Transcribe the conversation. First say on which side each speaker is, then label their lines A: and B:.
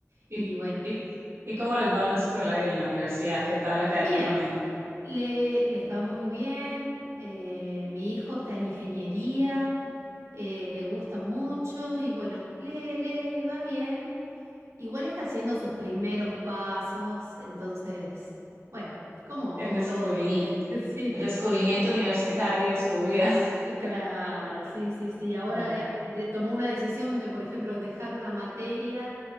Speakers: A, on the right (about 60°); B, on the right (about 75°).
A: ¿Y,
B: y bueno.
A: y, y cómo les va en la escuela y en la universidad? ¿Qué tal académicamente?
B: Bien, le, les va muy bien. eh, mi hijo está en ingeniería, eh, le gusta mucho y bueno, le, le va bien. Igual está haciendo sus primeros pasos, entonces, bueno, como,
A: El
B: como
A: descubrimiento,
B: todo, ¿viste? <laughs> Sí,
A: el descubrimiento universitario de su vida. <laughs>
B: claro, sí, sí, sí. Ahora
A: No,
B: eh, de- tomó una decisión de, por ejemplo, dejar una materia